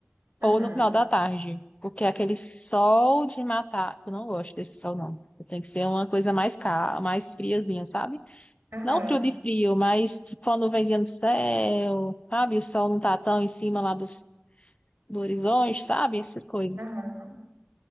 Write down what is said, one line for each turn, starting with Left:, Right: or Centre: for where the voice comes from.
Right: Aham,
Left: Ou no final da tarde, porque é aquele sol de matar, eu não gosto desse sol, não. Tem que ser uma coisa mais ca... mais friazinha, sabe?
Right: aham,
Left: Não frio de frio, mas tipo uma nuvenzinha no céu, sabe? O sol não tá tão em cima lá do, do horizonte, sabe? Essas coisas.
Right: aham.